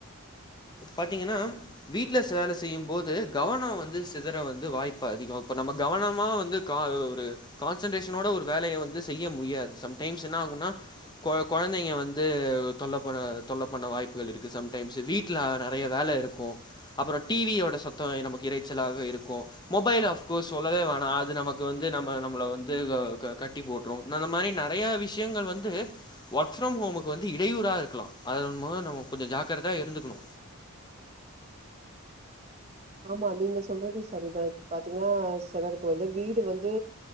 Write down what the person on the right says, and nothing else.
ஆமா நீங்க சொல்றது சரிதா இப்ப பாத்தீங்கன்னா செலருக்கு வந்து வீடு வந்து